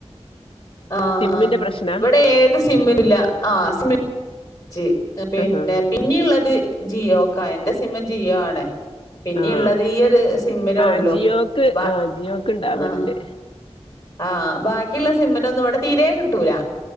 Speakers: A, on the left (about 30°); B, on the left (about 50°).
A: ആഹ്
B: സിമ്മിന്റെ
A: ആഹ്
B: പ്രശ്നാ
A: ഇവിടെ ഏത് സിമ്മിനുല്ല ആഹ് സിമ്മ് ഞ്ച് പിന്നെ
B: ആഹാ
A: പിന്നീള്ളത് ജിയോക്കാ എൻ്റെ സിമ്മ് ജിയോ ആണ്. പിന്നിഉള്ളത്
B: ആഹ്
A: ഈഒരു സിമ്മിലൊള്ളു
B: ആഹ് ജിയോക്ക്
A: ബ
B: ആഹ് ജിയോക്ക് ഇണ്ടാവല്ണ്ട്
A: ആഹ്. ആഹ് ആ ബാക്കിയുള്ള സിമ്മിനൊന്നും ഇവിടെ തീരെ കിട്ടൂല.